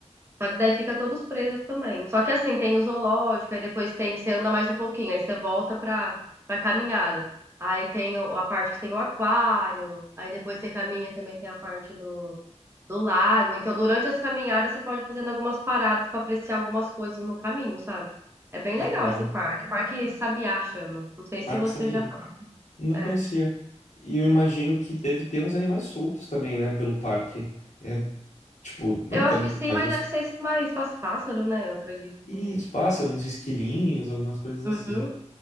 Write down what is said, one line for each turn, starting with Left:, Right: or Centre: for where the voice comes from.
Right: Só que daí fica todos presos também. Só que assim, tem o zoológico, aí depois tem, você anda mais um pouquinho, aí você volta pra, pra caminhada. Aí tem o- a parte que tem o aquário, aí depois você caminha também tem a parte do, do lago. Então, durante as caminhadas, você pode ir fazendo algumas paradas pra apreciar algumas coisas no caminho, sabe? É bem
Left: Que
Right: legal
Left: legal.
Right: esse parque. Parque Sabiá chama. Não sei
Left: Parque
Right: se você
Left: Sabiá.
Right: já.
Left: Não
Right: É.
Left: conhecia. E eu imagino que deve ter uns animais soltos também, né, pelo parque. É, tipo, não
Right: Eu
Left: tanto,
Right: acho que sim,
Left: mas
Right: mas
Left: uns,
Right: deve ser esse mais pás- pássaro, né? Eu acredito,
Left: Isso,
Right: assim.
Left: pássaros, uns esquilinhos, algumas coisas assim.
Right: Uhum.